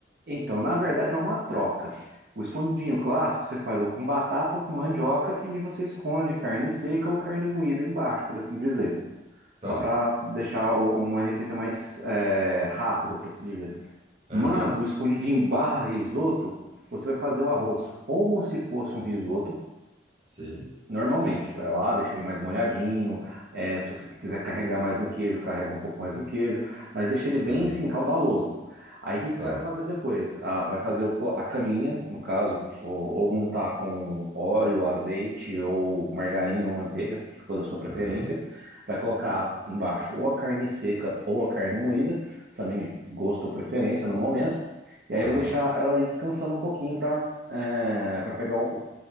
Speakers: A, on the right; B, on the right.
A: então, na verdade é uma troca. O escondidinho clássico você faz ou com batata ou com mandioca e você esconde carne seca ou carne moída embaixo, por assim dizer. Só
B: Tá.
A: para deixar o- uma receita mais é, rápida, por assim dizer.
B: Aham.
A: Mas o escondidinho barra risoto, você vai fazer o arroz como se fosse um risoto,
B: sei.
A: Normalmente, vai lá, deixa ele mais molhadinho. é, se você quiser carregar mais no queijo, carrega um pouco mais no queijo, mas deixa ele bem
B: Aham.
A: assim, caudaloso. Aí o que que
B: Tá.
A: você vai fazer depois? Ah, vai fazer o- a caminha, no caso, ou, ou untar com óleo, azeite, ou margarina ou manteiga, que for da sua preferência.
B: Aham.
A: Vai colocar embaixo ou a carne seca ou a carne moída, também gosto ou preferência no momento. E aí
B: Tá.
A: vai deixar ela ali descansando um pouquinho para para pegar o,